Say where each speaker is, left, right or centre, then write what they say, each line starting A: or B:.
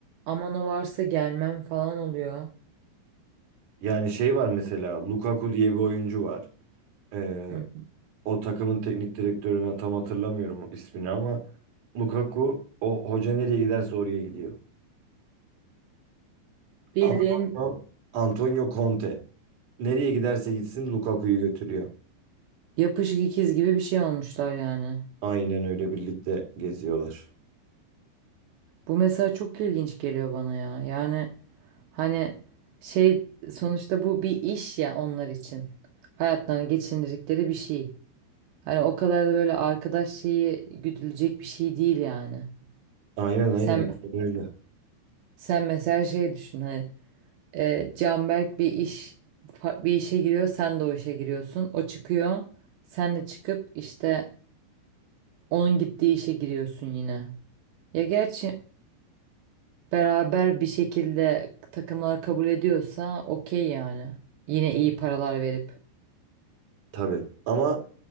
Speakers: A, on the right; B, on the right.
A: aman o varsa gelmem falan oluyor.
B: Yani şey var mesela Lukaku diye bir oyuncu var. Ee,
A: Hı.
B: o takımın teknik direktörüne tam hatırlamıyorum ismini ama Lukaku o hoca nereye giderse oraya gidiyor.
A: Bildiğin
B: Antonio, Antonio Conte. Nereye giderse gitsin Lukaku'yu götürüyor.
A: yapışık ikiz gibi bir şey olmuşlar yani.
B: Aynen öyle birlikte geziyorlar.
A: Bu mesela çok ilginç geliyor bana ya. Yani hani şey sonuçta bu bir iş ya onlar için. Hayatlarını geçindirdikleri bir şey. Hani o kadar da böyle arkadaş şeyi güdülecek bir şey değil yani.
B: Aynen aynen
A: Sen
B: aynen öyle.
A: sen mesela şey düşün hani e, Canberk bir iş fa- bir işe giriyor sen de o işe giriyorsun. O çıkıyor sen de çıkıp işte onun gittiği işe giriyorsun yine. Ya gerçi beraber bir şekilde takımlar kabul ediyorsa okey yani. Yine iyi paralar verip.
B: Tabii. Ama